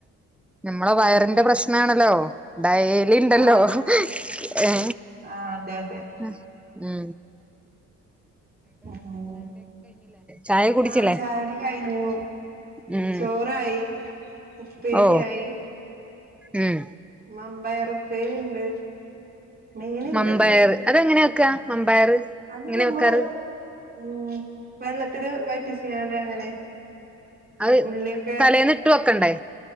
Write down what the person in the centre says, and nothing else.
നമ്മളെ
വയറിന്റെ പ്രശ്നണല്ലോ ഡയലിണ്ടല്ലോ
ഇണ്ടല്ലോ ഏ
മൂ മൂ
ചായ കുടിച്ചില്ലേ
ഉം
ഓ ഉം
മമ്പയർ അതെന്താ അങ്ങനെ വെക്ക
മമ്പയർ
എങ്ങനെ
വെക്കാറ്
അത്
തലേന്ന് ഇട്ട് വെക്കണ്ടേ